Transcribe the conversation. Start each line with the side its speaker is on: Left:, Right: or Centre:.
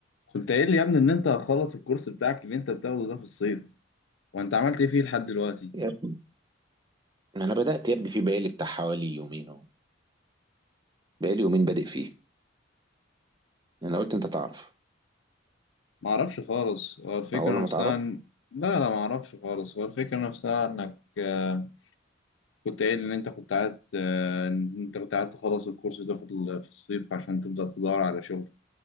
Left: كنت قايل لي يا ابني ان انت هتخلص الكورس بتاعك اللي انت بتاخده ده في الصيف وانت عملت ايه فيه لحد دلوقتي
Right: يا ابني انا بدات يا ابني في بقالي بتاع حوالي يومين اهو بقالي يومين بادئ فيه انا قلت انت تعرف
Left: ما اعرفش خالص هو الفكره
Right: اول ما
Left: نفسها
Right: تعرف
Left: إن- لا لا ما اعرفش خالص هو الفكره نفسها انك آه، كنت قايل ان انت كنت عايز آه، ان انت كنت عايز تخلص الكورس ده في ال- في الصيف عشان تبدا تدور على شغل